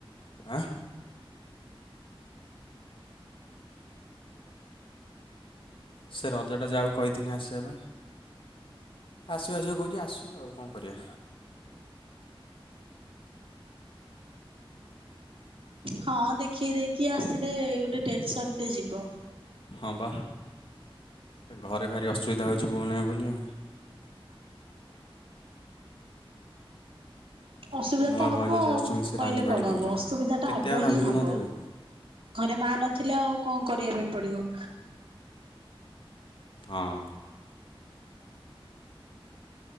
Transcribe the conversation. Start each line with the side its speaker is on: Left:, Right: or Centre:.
Left: ଆଁ। ସେ ରଜଟା ଯାଉ କହିଥିନି ଆସିବା ପାଇଁ? ଆସିବା ଆସିବା କହୁଛି ଆସୁ ଆଉ କଣ କରିବା।
Right: ହଁ ଦେଖେଇ ଦେଇକି ଆସିଲେ ଗୋଟେ ଟେନସନ ଟେ ଯିବ।
Left: ହଁ ବା। ଘରେ ଭାରି ଅସୁବିଧା ହେଉଛି ବୋଉ ନାହିଁ ବୋଲି ଆଉ।
Right: ଅସୁବିଧା
Left: ସେ ନୂଆ
Right: ତ ହବ।
Left: ଭାଉଜ ଯିଏ
Right: ଆଉ
Left: ଆସିଛନ୍ତି ସେ
Right: କହିଲେ
Left: ରାନ୍ଧି ବାଢ଼ି
Right: କଣ
Left: ଦେଉଛନ୍ତି।
Right: ହବ ଅସୁବିଧା ଟା
Left: କେତେ
Right: ହବ
Left: ଆଉ ରାନ୍ଧିକିନା
Right: ହିଁ ହବ।
Left: ଦେବେ
Right: ଘରେ ମା ନଥିଲେ ଆଉ କଣ କରିବା ପାଇଁ ପଡିବ।
Left: ହଁ।